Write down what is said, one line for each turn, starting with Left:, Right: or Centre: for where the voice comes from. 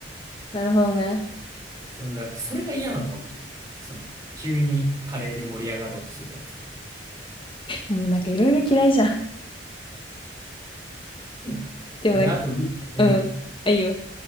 Left: なるほどね。
Right: その、だそれが嫌なのかもしれない。その、急にカレーで盛り上がろうとするやつ。
Left: もうなんかいろいろ嫌いじゃん。
Right: うん
Left: でもなんか、
Right: で、あと、う、うん、
Left: うん。あいいよ。